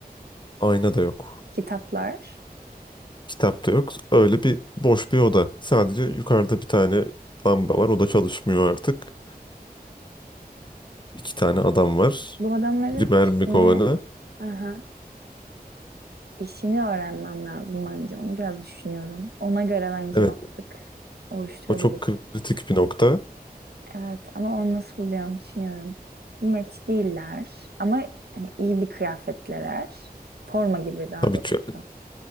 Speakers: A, on the left (about 30°); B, on the right (about 80°).
A: Ayna da yok.
B: Kitaplar.
A: Kitap da yok. Öyle bir boş bir oda. Sadece yukarıda bir tane lamba var. O da çalışmıyor artık. İki tane adam var.
B: Bu adamların
A: Bir mermi
B: işini
A: kovanı.
B: aha, işini öğrenmem lazım bence. Onu biraz düşünüyorum. Ona göre bence
A: Evet,
B: mantık oluşturabilirim.
A: o çok kritik bir nokta.
B: Evet ama onu nasıl bulacağımı düşünüyorum. Hizmetçi değiller ama hani iyi bir kıyafetliler. Forma gibi daha
A: Tabii,
B: doğrusu.
A: ç-